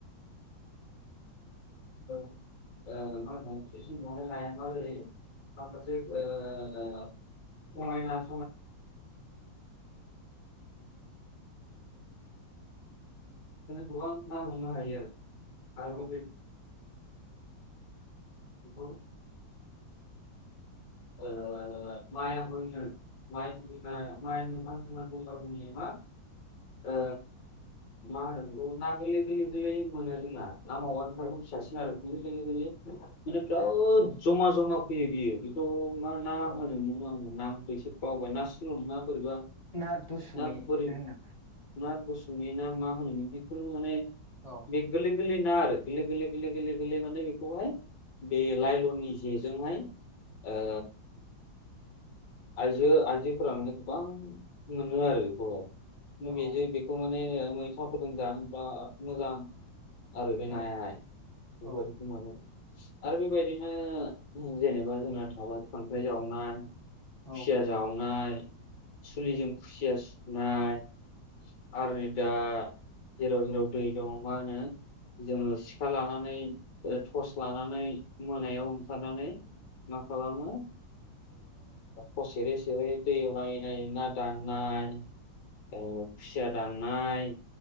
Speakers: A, on the left (about 65°); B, on the left (about 45°).
A: <unintelligible> <unintelligible> ओ मा होनो <unintelligible> <unintelligible> <unintelligible> बेफोर बायदिनो गोबां ना हमनो हायो आरो
B: औ
A: <unintelligible> <unintelligible> ओ मा होनो ना गोरलै गोरलै गोरलै मोनो रोंङला ना मावगानिफ्राय
B: औ
A: फिसासि <unintelligible> माने बिराद
B: ना
A: जमा जमा फैयो बियो बेखौ मा होन। ना
B: औ
A: होनोमोन आङो नाम बैसो बावबाय ना सल' नङा बोरैबा।
B: ना दुसुमै
A: ना बोरै
B: होनो नामा।
A: ना दुसुमै ना मा होनो बेफोर माने।
B: औ।
A: बे गोरलै गोरलै ना आरो गोरलै गोरलै गोरलै गोरलै माने बेखौहाय। बे लाइलननि जेजोंहाय ओ आइजो आइजोफोरा गोबां मोनो आरो बेखौ
B: औ
A: बेजों बेखौ माने मैथाफोरजों जानो बिराद मोजां। आरो बि
B: औ
A: नायाहाय बिफोर
B: औ
A: बायदिखौ मोननो आरो बेबायदिनो जेनेबा जोंना थाबा खांख्राइ जावनाय।
B: औ
A: खुसिया जावनाय सुलिजों खुसिया सुनाय। आरो नै दा जेराव जेराव दै दं मा होनो। जोङो सिखा लानानै टर्स लानानै मोनायाव ओंखारनानै। मा खालामो ओ सेेरै सेरै दैयाव नायै नायै ना दांनाय। खुसिया दाननाय